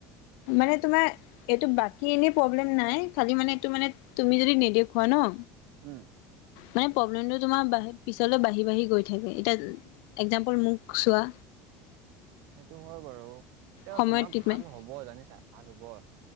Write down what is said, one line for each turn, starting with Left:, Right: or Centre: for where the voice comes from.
Left: মানে তোমাৰ এইটো বাকী এনে প্ৰব্লেম নাই। খালি মানে, এইটো তুমি যদি নেদেখুৱা ন?
Right: উম',
Left: মানে, প্ৰব্লেমটো তোমাৰ পিছলৈ বাঢ়ি বাঢ়ি গৈ থাকে। এতিয়া একজামপোল মোক চোৱা।
Right: সেইটো হয় বাৰু। তেওঁ
Left: সময়ত
Right: তোমাৰ
Left: ট্ৰিটমেণ্ট
Right: ভাল হ'ব জানিছা? ভাল হ'ব।